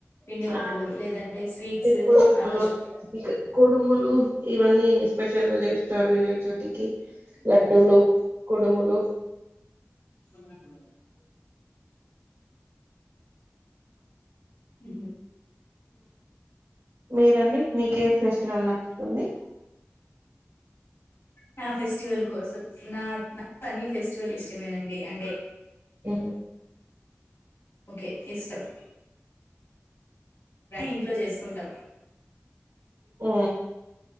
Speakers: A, on the left (about 80°); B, on the right (about 85°).
A: పిండి వంటలు
B: ఆడులు
A: లేదంటే స్వీట్స్ ఆ రోజు
B: ఇ కొడుములు ఇవన్నీ స్పెషల్ గా చేస్తారు వినాయక చవితికి లడ్డులు కుడుములు
A: న్నా ఉ
B: మీరండి మీకే ఫెస్టివల్ నచ్చుతుంది
A: నా ఫెస్టివల్ కోసం నా నాకు అన్ని ఫెస్టివల్ ఇష్టమేనండి అంటే
B: అ
A: ఓకే ఇష్టం ఇంట్లో చేసుకుంటాం
B: ఆ